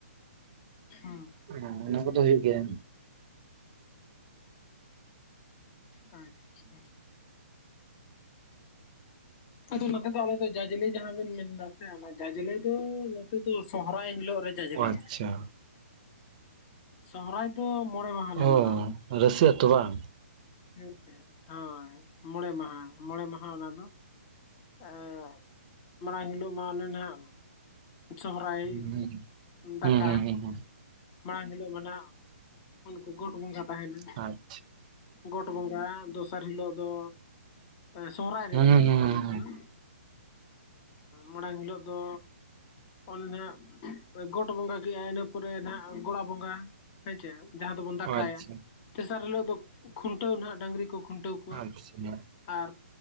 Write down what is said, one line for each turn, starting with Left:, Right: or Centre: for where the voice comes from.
Left: ᱦᱩᱸ
Right: ᱦᱮᱸ ᱚᱱᱟ ᱠᱚᱫᱚ ᱦᱩᱭᱩᱜ ᱜᱮᱭᱟ
Left: ᱟᱪᱪᱷᱟ ᱟᱫᱚ ᱱᱚᱛᱮ ᱫᱚ ᱟᱞᱮ ᱫᱚ ᱡᱟᱡᱽᱞᱮ ᱡᱟᱦᱟᱸ ᱵᱮᱱ ᱢᱮᱱᱫᱟ ᱥᱮ ᱚᱱᱟ ᱡᱟᱡᱽᱞᱮ ᱫᱚ ᱱᱚᱛᱮ ᱫᱚ ᱥᱚᱦᱨᱟᱭ ᱦᱤᱞᱳᱜ ᱨᱮ ᱡᱟᱡᱽᱞᱮᱭᱟ
Right: ᱟᱪᱪᱷᱟ
Left: ᱥᱚᱦᱨᱟᱭ ᱫᱚ ᱢᱚᱲᱮ ᱢᱟᱦᱟᱞᱮ
Right: ᱚ
Left: ᱢᱟᱱᱟᱣᱟ
Right: ᱨᱟᱹᱥᱤ ᱟᱛᱳ ᱵᱟᱝ
Left: ᱦᱮᱸᱥᱮ ᱦᱳᱭ ᱢᱚᱬᱮ ᱢᱟᱦᱟ ᱢᱚᱬᱮ ᱢᱟᱦᱟ ᱚᱱᱟ ᱫᱚ ᱮᱸ ᱢᱟᱲᱟᱝ ᱦᱤᱞᱳᱜ ᱢᱟ ᱚᱱᱮ ᱚᱱᱟᱜ ᱥᱚᱦᱚᱨᱟᱭ
Right: ᱦᱩᱸ
Left: ᱫᱟᱠᱟ
Right: ᱦᱩᱸ ᱦᱩᱸ ᱦᱩᱸ
Left: ᱢᱟᱲᱟᱝ ᱦᱤᱞᱳᱜ ᱢᱟ ᱱᱟᱜ ᱩᱱᱠᱩ ᱜᱚᱴ ᱵᱚᱸᱜᱟ ᱛᱟᱦᱮᱱᱟ
Right: ᱟᱪᱪᱷᱟ
Left: ᱜᱚᱴ ᱵᱚᱸᱜᱟ ᱫᱚᱥᱟᱨ ᱦᱤᱞᱳᱜ ᱫᱚ ᱥᱚᱦᱚᱨᱟᱭ ᱨᱮᱭᱟᱜ
Right: ᱦᱩᱸ ᱦᱩᱸ
Left: ᱠᱟᱛᱷᱟ
Right: ᱦᱩᱸ
Left: ᱦᱩᱭᱩᱜ
Right: ᱦᱩᱸ
Left: ᱠᱟᱱᱟ ᱢᱟᱲᱟᱝ ᱦᱤᱞᱳᱜ ᱫᱚ ᱚᱱᱮ ᱱᱟᱜ ᱜᱚᱴ ᱵᱚᱸᱜᱟ ᱠᱮᱜᱼᱟ ᱤᱱᱟᱹ ᱯᱚᱨᱮ ᱱᱟᱦᱟᱜ ᱜᱚᱲᱟ ᱵᱚᱸᱜᱟ ᱦᱮᱸ ᱪᱮ ᱡᱟᱦᱟᱸ ᱫᱚᱵᱚᱱ ᱫᱟᱠᱟᱭᱟ
Right: ᱟᱪᱪᱷᱟ
Left: ᱛᱮᱥᱟᱨ ᱦᱤᱞᱳᱜ ᱫᱚ ᱠᱷᱩᱱᱴᱟᱹᱣ ᱱᱟᱦᱟᱜ ᱰᱟᱝᱨᱤ ᱠᱚ ᱠᱷᱩᱱᱴᱟᱹᱣ
Right: <unintelligible>
Left: ᱠᱚᱣᱟ ᱟᱨ